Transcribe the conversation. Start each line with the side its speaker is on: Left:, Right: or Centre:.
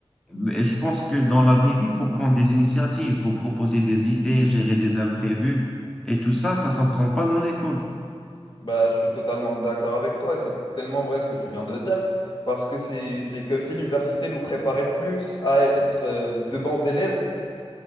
Centre: Mais je pense que dans la vraie vie, il faut prendre des initiatives, il faut proposer des idées, gérer des imprévus. Et tout ça, ça s'apprend pas dans l'école.
Left: Bah, je suis totalement d'accord avec toi et c'est tellement vrai ce que tu viens de dire. Parce que c'est, c'est comme si l'université nous préparait plus à être euh, de bons élèves